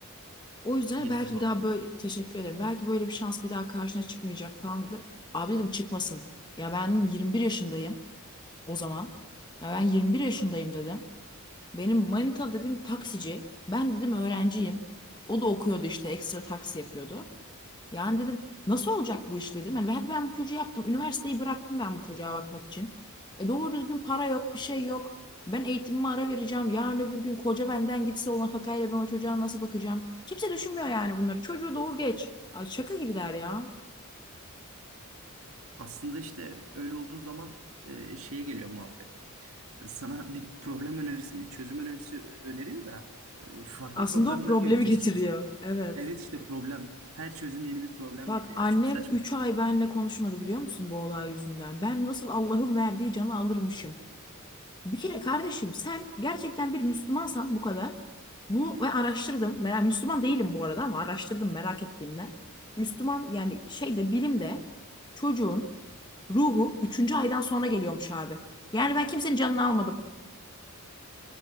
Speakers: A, on the left; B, on the right.
A: O yüzden
B: Geçmiş
A: belki
B: olsun.
A: bir daha böyle teşekkür ederim. Belki böyle bir şans bir daha karşına çıkmayacak falan dediler. Abi dedim çıkmasın. Ya ben 21 yaşındayım o zaman. Ya ben 21 yaşındayım dedim. Benim manita dedim taksici. Ben dedim öğrenciyim. O da okuyordu işte ekstra taksi yapıyordu. Yani dedim nasıl olacak bu iş dedim. Hani hadi ben bu çocuğu yaptım. Üniversiteyi bıraktım ben bu çocuğa bakmak için. E doğru düzgün para yok, bir şey yok. Ben eğitimime ara vereceğim. Yarın öbür gün koca benden gitse o nafakayla ben o çocuğa nasıl bakacağım? Kimse düşünmüyor yani bunları. Çocuğu doğur geç. Ay şaka gibiler ya.
B: Aslında işte öyle olduğu zaman e, şeye geliyor muhabbet. Sana bir problem önerisi, çözüm önerisi ö- öneriyor da e, farklı
A: Aslında
B: problemlerle
A: o problemi
B: yüzleşeceksin.
A: getiriyor. Evet.
B: Evet işte problem. Her çözüm yeni bir problem
A: Bak
B: getiriyor.
A: annem
B: Ya çok saçma.
A: 3 ay benimle konuşmadı biliyor musun bu olay yüzünden. Ben nasıl Allah'ın verdiği canı alırmışım. Bir kere kardeşim sen gerçekten bir Müslümansan bu kadar. Bunu ve araştırdım. Merak, Müslüman değilim bu arada ama araştırdım merak ettiğimden. Müslüman yani şeyde bilimde çocuğun ruhu üçüncü aydan sonra geliyormuş abi. Yani ben kimsenin canını almadım.